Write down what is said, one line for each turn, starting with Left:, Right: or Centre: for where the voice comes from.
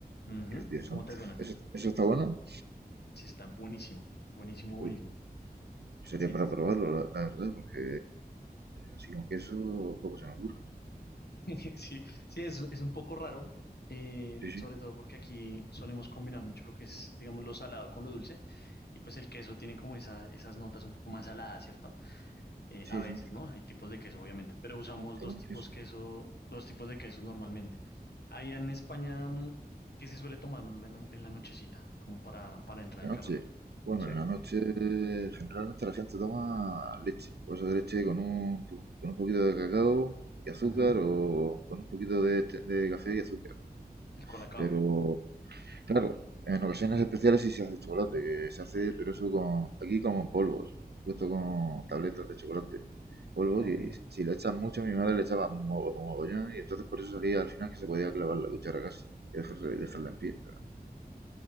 Left: Ujú.
Right: Dios, Dios
Left: ¿Cómo
Right: santo.
Left: te suena?
Right: ¿Eso, eso está bueno?
Left: Sí, está buenísimo, buenísimo, buenísimo.
Right: Uy, pues sería
Left: Sí,
Right: para
Left: sí, sí.
Right: probarlo, la, la verdad, porque así con queso poco se me ocurre.
Left: <laughs> Sí, sí, es, es un poco raro, eh,
Right: Sí, sí,
Left: sobre todo porque aquí solemos combinar mucho lo que es, digamos, lo salado con lo dulce, y pues el queso tiene como esa- esas notas un poco más saladas, ¿cierto? Eh,
Right: sí,
Left: a veces,
Right: sí,
Left: ¿no? Hay tipos de queso, obviamente, pero usamos
Right: hay
Left: dos
Right: buenos
Left: tipos
Right: quesos.
Left: queso, dos tipos de quesos normalmente. Allá en España, mm, ¿qué se suele tomar uno en la, en la nochecita? Como para, para entrar
Right: La
Left: en
Right: noche.
Left: calor.
Right: Bueno,
Left: Sí.
Right: en la noche generalmente la gente toma leche, bolsa de leche con un, po- con un poquito de cacao y azúcar
Left: Ujú.
Right: o con un poquito de, té- de café y azúcar.
Left: El colacao.
Right: Pero claro, en ocasiones especiales sí se hace chocolate, que se hace, pero eso con, aquí como en polvos, puesto con tabletas de chocolate, polvos
Left: Ok,
Right: y, y si le echas mucho, mi madre le echaba un mo- un mogollón y entonces por eso salía al final que se podía clavar la cuchara casi y dejarla, dejarla en pie. Pero